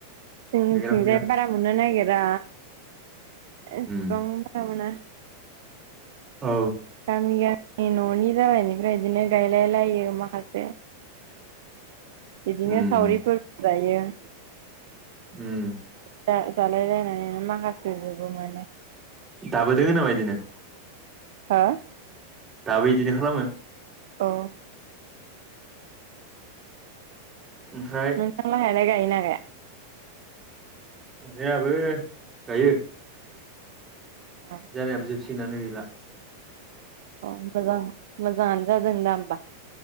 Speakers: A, on the right; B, on the right.
A: जोंनिथिंजाय
B: गायग्रा फुग्रा
A: बारा मोननो नागिरा एसेबां
B: उम
A: बारा मोना ।
B: औ
A: गामि गामि न'नि जालायनायफ्राय बिदिनो गायलायलायो माखासे ‌। बिदिनो
B: उम
A: सावरिफोरबो जायो ।
B: उम ।
A: जा जालायलाय ना माखासि जगौमोन
B: दाबो दंङ नामा इदिनो?
A: हो?
B: दाबो बिदिनो खालामो?
A: ओ ।
B: ओमफ्राय
A: नोंथांमोनहालाय गायोना गाया?
B: जोंहाबो गायो ।
A: अ
B: जोंहानाबो जोबसिगोनानो गैला ।
A: अ मोजां मोजाङानो जादों दा होमबा ।